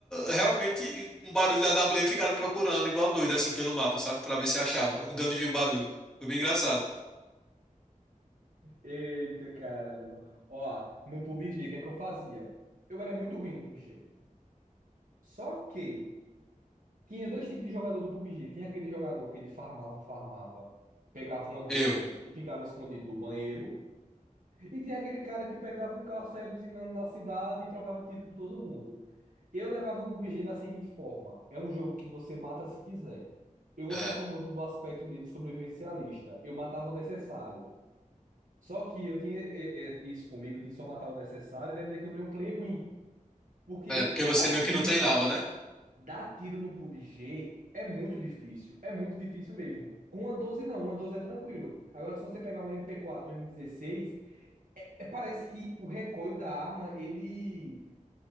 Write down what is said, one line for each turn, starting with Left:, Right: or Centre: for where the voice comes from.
Centre: realmente um barulho da A W. AWM, ficaram procurando igual doido assim pelo mapa, sabe? Pra ver se achava, <laughs> de onde vinha o barulho. Foi bem engraçado.
Right: Eita caramba. Ó, no PUBG, o que é que eu fazia? Eu era muito ruim no PUBG. Só que tinha dois tipos de jogador do PUBG. Tinha aquele jogador que ele farmava, farmava, pegava uma 12
Centre: Eu.
Right: e ficava escondido no banheiro. E tinha aquele cara que pegava o carro, saía buzinando na cidade e trocava tiro com todo mundo. Eu levava o PUBG da seguinte forma: é um jogo que você mata se quiser. Eu gostava
Centre: É.
Right: muito do aspecto dele sobrevivencialista. Eu matava o necessário. Só que eu tinha é, é, isso comigo de só matar o necessário, e terminei que eu virei um player ruim. Porque
Centre: É, porque
Right: dar
Centre: você meio que
Right: tiro,
Centre: não treinava, né?
Right: dar tiro no PUBG é muito difícil. É muito difícil mesmo. Com uma 12 não, uma 12 é tranquilo. Agora, se você pegar um mp quatro, um m dezesseis, é, parece que o recoil da arma, ele